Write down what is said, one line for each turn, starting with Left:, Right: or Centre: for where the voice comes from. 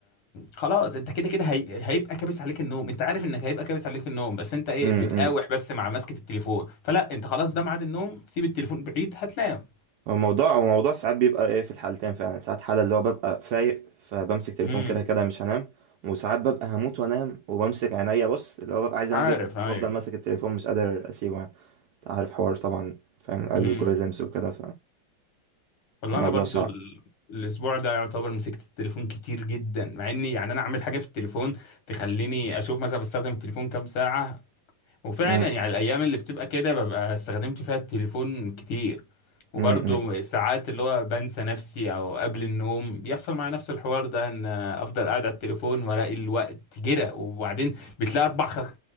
Left: خلاص انت كده كده هي... هيبقى كابس عليك النوم انت عارف انك هيبقى كابس عليك النوم بس انت ايه
Right: امم
Left: بتقاوح
Right: امم.
Left: بس مع مسكة التليفون فلا انت خلاص ده ميعاد النوم سيب التليفون بعيد هتنام
Right: هو الموضوع هو الموضوع ساعات بيبقى ايه في الحالتين فعلا ساعات حالة اللي هو ببقى فايق فبمسك تليفون
Left: امم
Right: كده كده مش هنام وساعات ببقى هموت وانام وبمسك عينيا بص اللي هو ببقى عايز
Left: عارف
Right: انام جد
Left: ايوه
Right: بفضل ماسك التليفون مش قادر اسيبه يعني انت عارف حوار طبعا فاهم الالجوريزمز
Left: امم
Right: وكده
Left: والله
Right: فالموضوع
Left: انا برضو
Right: صعب
Left: ال... الاسبوع ده يعتبر مسكت التليفون كتير جدا مع اني يعني انا اعمل حاجه في التليفون تخليني اشوف مثلا بستخدم التليفون كام ساعه وفعلا
Right: امم
Left: يعني الايام اللي بتبقى كده ببقى استخدمت فيها التليفون كتير وبرضو
Right: امم امم
Left: ساعات اللي هو بنسى نفسي او قبل النوم بيحصل معايا نفس الحوار ده ان افضل قاعد على التليفون والاقي الوقت جرى وبعدين بتلاقي اربع خ...